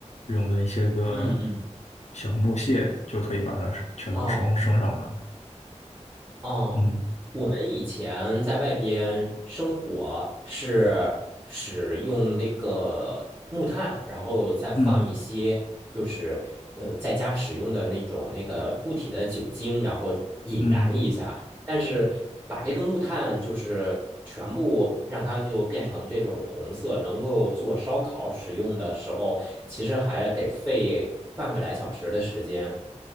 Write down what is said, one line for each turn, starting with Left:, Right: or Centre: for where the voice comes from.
Left: 用的一些个
Right: 嗯嗯，
Left: 小木屑，就可以把它全都升升上来了。
Right: 哦。哦，
Left: 嗯
Right: 我们以前在外边生火是使用那个木炭，然后再放一些就是呃在家使用的那种那个固体的酒精，
Left: 嗯
Right: 然后引燃一下。
Left: 嗯，
Right: 但是把这个木炭就是全部让它就变成这种红色，能够做烧烤使用的时候，其实还得费半个来小时的时间。